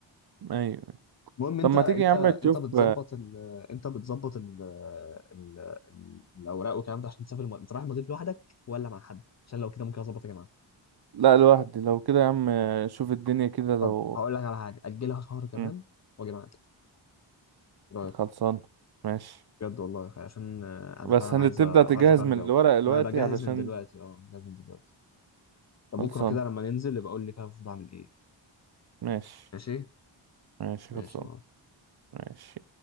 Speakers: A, on the right; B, on the left.
A: ايوه
B: المهم انت
A: طب ما
B: انت
A: تيجي يا عم تشوف
B: انت بتظبط ال... انت بتظبط ال... ال... ال- الاوراق والكلام ده عشان تسافر الم... انت رايح المضيف لوحدك ولا مع حد عشان لو كده ممكن اظبط يا جماعه
A: لا لوحدي لو كده يا عم شوف الدنيا كده لو
B: طب هقول لك على حاجه اجلها شهر كمان
A: مم،
B: واجي معاك ايه رايك
A: خلصان ماشي
B: بجد والله يا أخي، عشان آه، انا
A: بس
B: فعلا
A: هتبدأ
B: عايز أ-
A: تجهز
B: عايز اغير
A: من
B: جو
A: الورق دلوقتي
B: ما بجهز
A: علشان
B: من دلوقتي اه بجهز من دلوقتي طب
A: خلصان
B: بكره كده لما ننزل يبقى قول لي كده المفروض اعمل ايه
A: ماشي
B: ماشي
A: ماشي
B: ماشي
A: خلصان
B: يا معلم
A: ماشي